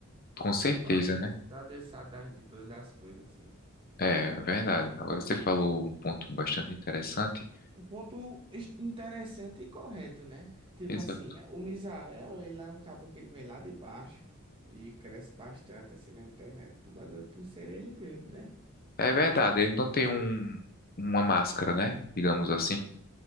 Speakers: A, on the left; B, on the right.
A: Com certeza,
B: Só Deus,
A: né?
B: só Deus sabe das, de todas as coisas, assim.
A: É verdade. Agora você falou um ponto bastante interessante.
B: Um ponto es- interessante e correto, né? Tipo
A: Exato.
B: assim, o Misael, ele é um cabo que ele vem lá de baixo e cresce bastante assim na internet por causa, por ser ele mesmo, né?
A: É verdade, ele não tem um, uma máscara, né? Digamos assim.